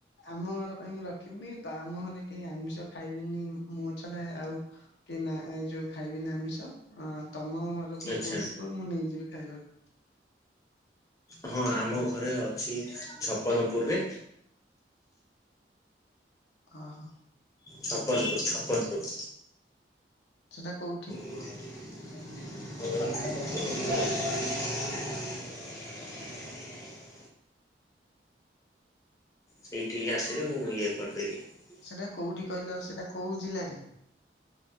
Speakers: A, on the left; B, on the left.
A: ଆମ ଘର ପାଇଁ ମୁଁ ରଖିବିନି ତ ଆମ ଘରେ କେହି ଆମିଷ ଖାଇବନି ମୋ ଛଡ଼ା ଆଉ କି ନା ଏ ଯୋଉ ଖାଇବିନି ଆମିଷ ତମ ଘରକୁ
B: ଆଚ୍ଛା
A: କୋଉଠି କୁହ ମୁଁ ନେଇଯିବି ଖାଇବାକୁ।
B: ହଁ ଆମ ଘରେ ଅଛି ଛପନପୁରରେ।
A: ଅହ।
B: ଛପନପୁର ଛପନପୁର।
A: ସେଟା କୋଉଠି
B: <inaudible> ସେଇଠିକି ଆସିଲେ ମୁଁ ଇଏ କରିଦେବି
A: ସେଟା କୋଉଠି କହିଲ ସେଟା କୋଉ ଜିଲ୍ଲାରେ